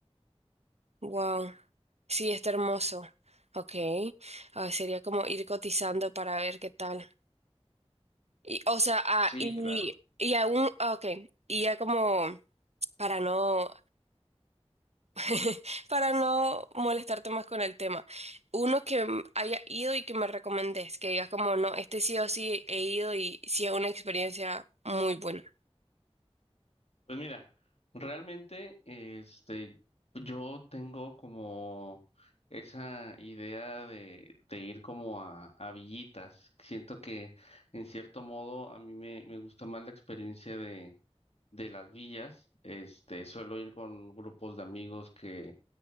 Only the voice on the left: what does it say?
Sí,
claro.
Pues mira, realmente, este, yo tengo como esa idea de, de ir como a, a villitas. Siento que en cierto modo a mí me, me gusta más la experiencia de, de las villas. Este, suelo ir con grupos de amigos que